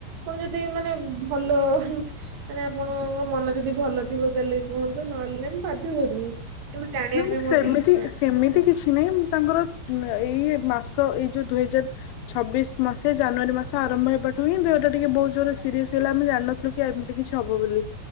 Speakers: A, on the right (about 65°); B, on the left (about 90°).
A: କଣ ଯଦି ମାନେ ଭଲ ମାନେ ଆପଣଙ୍କ ମନ ଯଦି ଭଲ ଥିବ ତାହେଲେ କୁହନ୍ତୁ ନହେଲେ ମୁଁ ବାଧ୍ୟ କରୁନି କିନ୍ତୁ ଜାଣିବା
B: ନାଇଁ
A: ପାଇଁ ମୋର
B: ସେମିତି
A: ଟିକେ ଇଚ୍ଛା।
B: ସେମିତି କିଛି ନାହିଁ ମୁଁ ତାଙ୍କର ଏଇ ମାସ ଏଇ ଯୋଉ ଦୁଇ ହଜାର ଛବିଶ ମସିହା ଜାନୁଆରୀ ମାସ ଆରମ୍ଭ ହେବାଠୁ ହିଁ ଦେହଟା ଟିକେ ବହୁତ ଜୋର ସିରିୟସ ହେଲା ଆମେ ଜାଣିନଥିଲୁ କି ଏମିତି କିଛି ହବ ବୋଲି।